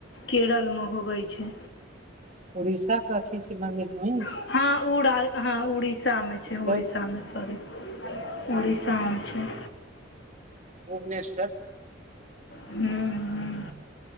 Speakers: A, on the left; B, on the right.
A: केरलमे होबै छै
B: उड़ीसा के अथी छै मंदिर वहि छै
A: हँ उ हँ उड़ीसा मे छै
B: तब
A: उड़सा मे सॉरी शाम छै
B: भुवनेश्वर
A: हुँ हुँ